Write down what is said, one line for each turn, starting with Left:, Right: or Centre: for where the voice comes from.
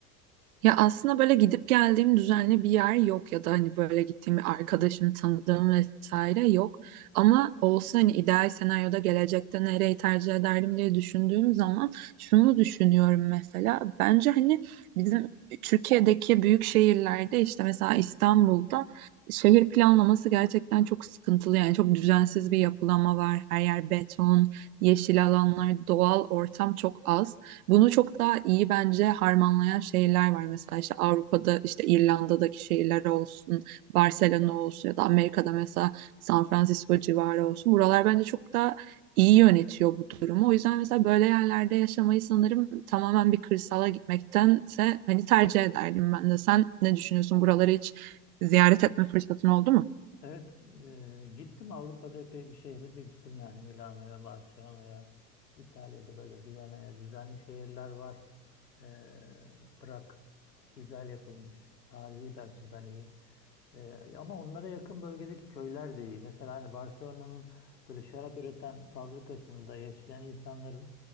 Right: Ya aslında böyle gidip geldiğim düzenli bir yer yok ya da hani böyle gittiğim bir arkadaşım, tanıdığım vesaire yok. Ama olsa hani ideal senaryoda gelecekte nereyi tercih ederdim diye düşündüğüm zaman şunu düşünüyorum mesela. Bence hani bizim Türkiye'deki büyük şehirlerde işte mesela İstanbul'da şehir planlaması gerçekten çok sıkıntılı. Yani çok düzensiz bir yapılanma var. Her yer beton, yeşil alanlar, doğal ortam çok az. Bunu çok daha iyi bence harmanlayan şehirler var. Mesela işte Avrupa'da işte İrlanda'daki şehirler olsun, Barcelona olsun ya da Amerika'da mesela San Francisco civarı olsun. Buralar bence çok daha iyi yönetiyor bu durumu. O yüzden mesela böyle yerlerde yaşamayı sanırım tamamen bir kırsala gitmektense hani tercih ederdim ben de. Sen ne düşünüyorsun? Buraları hiç ziyaret etme fırsatın oldu mu?
Left: Evet, e, gittim Avrupa'da epey bir şehre de gittim yani Milano'ya, Barcelona'ya, İtalya'da böyle Viyana'ya düzenli şehirler var. E, bırak güzel yapılmış, tarihi de açıdan iyi. Ee, ama onlara yakın bölgedeki köyler de iyi. Mesela hani Barcelona'nın böyle şarap üreten fabrikasında yaşayan insanların